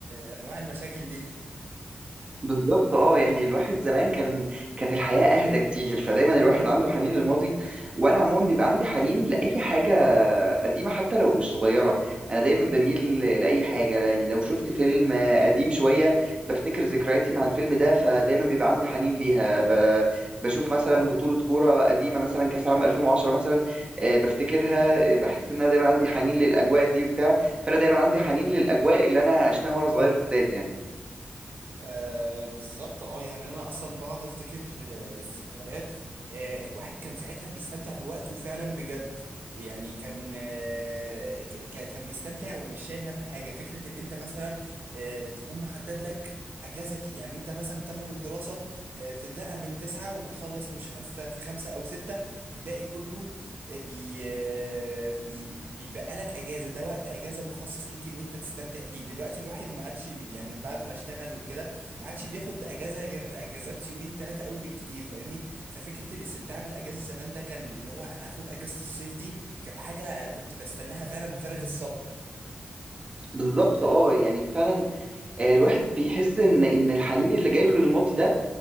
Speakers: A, on the right; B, on the right.
A: آه، انواع المشاكل دي
B: بالظبط اه يعني الواحد زمان كان كانت الحياة اهدى كتير فدايما الواحد عنده حنين للماضي وانا عموما بيبقى عندي حنين لاي حاجة قديمة حتى لو مش صغيرة انا دايما بميل لاي حاجة يعني لو شفت فيلم قديم شوية بفتكر ذكرياتي مع الفيلم ده فدايما بيبقى عندي حنين ليها ب... بشوف مثلا بطولة كورة قديمة مثلا كأس العالم 2010 مثلا آه، بفتكرها آه، بحس ان انا دايما عندي حنين للاجواء دي وبتاع فانا دايما عندي حنين للاجواء اللي انا عشتها وانا صغير بالذات يعني
A: آه بالظبط اه يعني انا اصلا بقعد افتكر آه، الذكريات آه الواحد كان ساعتها بيستمتع بوقته فعلا بجد يعني كان آه ك- ك- كان بيستمتع ومش شايل هم حاجه فكره ان انت مثلا آه تكون محدد لك اجازك يعني انت مثلا بتاخد الدراسه آه بتبداها من تسعة وبتخلص مش عارف في خمسة او ستة الباقي كله آه، بي آه، بي بيبقى لك اجازه ده وقت اجازه مخصص ليك ان انت تستمتع فيه دلوقتي الواحد ما عادش يعني بعد ما اشتغل وكده ما عادش بياخد اجازه غير اجازات يومين ثلاثه قوي بالكتير فاهمني ففكره الاستمتاع بالاجازه زمان ده كان اللي هو انا هاخد اجازه الصيف دي كانت حاجه كنت بستناها فعلا بفارغ الصبر
B: بالظبط اه يعني فعلا آه، الواحد بيحس ان ان الحنين اللي جايله للماضي ده